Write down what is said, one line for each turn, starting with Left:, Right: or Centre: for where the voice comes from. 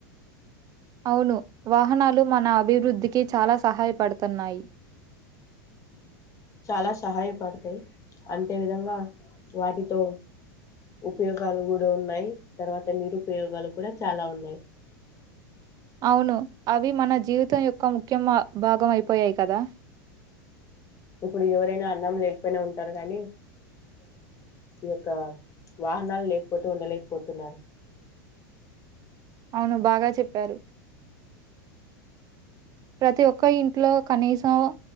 Right: అవును వాహనాలు మన అభివృద్ధికి చాలా సహాయపడుతున్నాయి
Left: చాలా సహాయపడతాయి అంతే విధంగా వాటితో ఉపయోగాలు కూడా ఉన్నాయి తర్వాత నిరుపయోగాలు కూడా చాలా ఉన్నాయి
Right: అవును అవి మన జీవితం యొక్క ముఖ్యం భాగంమయిపోయాయి కదా
Left: ఇప్పుడు ఎవరైనా అన్నం లేకపోయినా ఉంటారు కానీ ఈ యొక్క వాహనాలు లేకపోతే ఉండలేకపోతున్నారు
Right: అవును బాగా చెప్పారు ప్రతి ఒక్క ఇంట్లో కనీసం